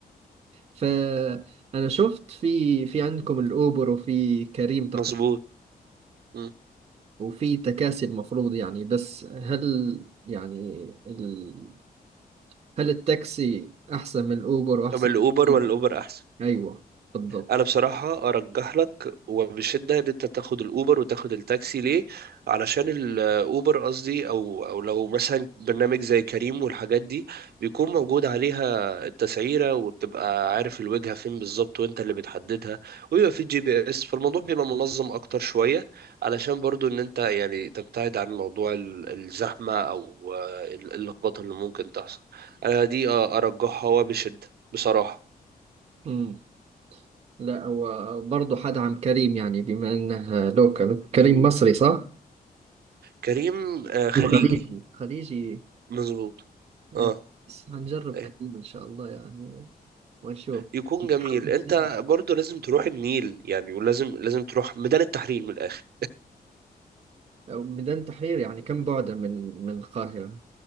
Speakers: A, on the right; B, on the right.
A: فانا شفت في في عندكم الاوبر وفي كريم تقريبا
B: مظبوط مم.
A: وفي تكاسي المفروض يعني بس هل يعني ال... هل التاكسي احسن من الاوبر واحسن
B: اما الاوبر
A: من كريم
B: ولا الاوبر احسن
A: ايوه بالضبط
B: انا بصراحة ارجح لك وبشدة ان انت تاخد الاوبر وتاخد التاكسي ليه علشان الاوبر قصدي او او لو مثلا برنامج زي كريم والحاجات دي بيكون موجود عليها التسعيرة وبتبقى عارف الوجهة فين بالظبط وانت اللي بتحددها ويبقى في جي بي اس فالموضوع بيبقى منظم اكتر شوية علشان برضو ان انت يعني تبتعد عن موضوع ال- الزحمة او آه، ال- اللخبطة اللي ممكن تحصل انا دي آه، ارجحها وبشدة بصراحة
A: امم لا هو برضه حدعم كريم يعني بما انه لوكال كريم
B: مم.
A: مصري صح؟
B: كريم آه، خليجي
A: خليجي خليجي
B: مظبوط
A: أيوة.
B: اه
A: بس هنجرب
B: أيوة.
A: كريمة إن شاء الله يعني ونشوف
B: يكون
A: متحمس
B: جميل انت
A: جداً.
B: برضو لازم تروح النيل يعني ولازم لازم تروح ميدان التحرير من الاخر
A: أو ميدان تحرير يعني كم بعده من من القاهرة